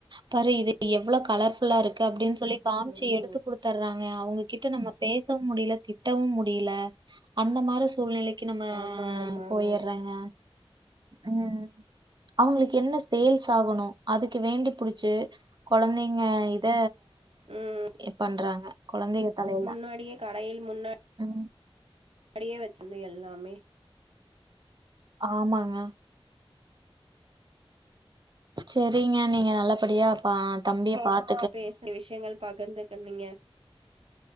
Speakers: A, on the right (about 50°); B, on the right (about 70°).
A: பாரு இது எவ்ளோ கலர்ஃபுல்லா இருக் கு அப்டின் சொல்லி காம்ச்சி
B: ம்
A: எடுத்து குடுத்தர் ராங்க அவுங்ககிட்ட நம்ம பேசவு முடியல திட்டவு முடியல அந்த மாரி சூழ்நிலைக்கு நம்ம
B: ஆமாங்க ஆமாங்க
A: போயிறங்க ம் அவுங்களுக்கு என்ன சேல்ஸ் ஆகணு அதுக்கு வேண்டி புடிச்சு கொழந்தைங்க இத
B: ம்
A: எ பண்றாங்க கொழந்தைங்க தலைல
B: முன்னாடியே கடையில் முன்னா
A: ம்
B: அப்டியே வச்சிருந்த எல்லாமே
A: ஆமாங்க செரிங்க நீங்க நல்லபடியா அப்ப தம்பிய பாத்
B: பேசிய விஷயங்கள் பகிர்ந்து கொண்டீங்க